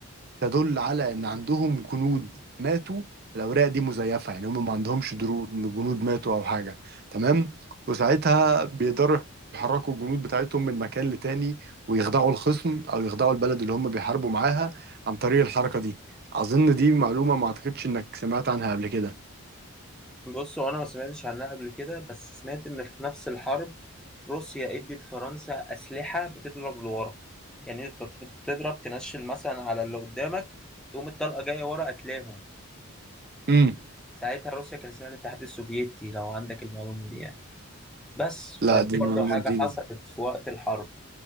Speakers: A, on the right; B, in the centre.
A: تدل على إن عندهم جنود ماتوا الأوراق دي مزيفة يعني هم ما عندهمش درو- جنود ماتوا أو حاجة تمام وساعتها بيقدروا يحركوا الجنود بتاعتهم من مكان لتاني ويخدعوا الخصم أو يخدعوا البلد اللي هم بيحاربوا معاها عن طريق الحركة دي أظن دي معلومة ما أعتقدش إنك سمعت عنها قبل كده
B: بص هو انا ما سمعتش عنها قبل كده بس سمعت ان في نفس الحرب روسيا ادت فرنسا اسلحه بتضرب لورا يعني انت تضرب تنشل مثلا على اللي قدامك تقوم الطلقه جايه ورا قتلاهم
A: امم
B: ساعتها روسيا كان اسمها الاتحاد السوفيتي لو عندك المعلومه دي يعني بس
A: لا
B: فدي
A: دي
B: برضه
A: معلومة
B: حاجه
A: جديدة
B: حصلت في وقت الحرب